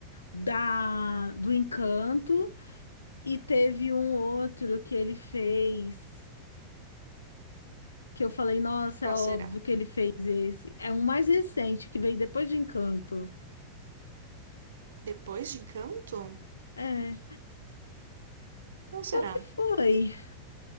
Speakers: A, on the left; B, on the right.
A: da do Encanto e teve um outro que ele fez que eu falei, nossa,
B: Qual
A: é óbvio
B: será?
A: que ele fez esse. É um mais recente que veio depois de Encanto.
B: Depois de Encanto?
A: É.
B: Não será?
A: Qual que foi?